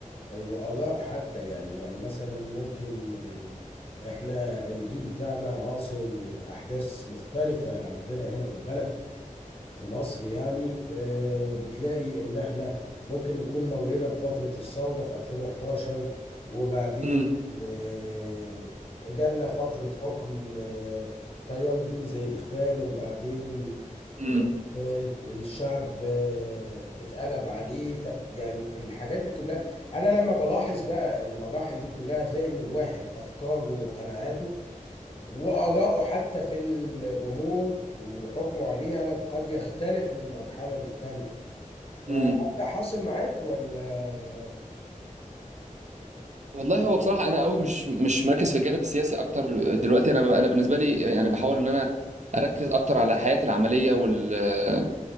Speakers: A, on the left; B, on the right.
A: آه، واراء حتى يعني يعني مثلا ممكن آه، احنا الجيل بتاعنا عاصر احداث مختلفة عندنا هنا في البلد في مصر يعني آه، بتلاقي ان احنا ممكن نكون مرينا بفترة الثورة في 2011 وبعدين
B: امم
A: آه، جالنا فترة حكم آه، تيار ديني زي الإخوان وبعدين
B: امم
A: آه، الشعب آه، اتقلب عليه ف يعني الحاجات دي كلها انا لما بلاحظ بقى المراحل دي كلها هتلاقي ان الواحد افكاره وقناعاته واراءه حتى في الامور وحكمه عليها قد يختلف من مرحلة للتانية فانت
B: امم
A: حاصل معاك ولا
B: والله هو بصراحة أنا قوي مش مش مركز في الجانب السياسي أكتر دلوقتي أنا أنا بالنسبة لي يعني بحاول إن أنا أركز أكتر على حياتي العملية وال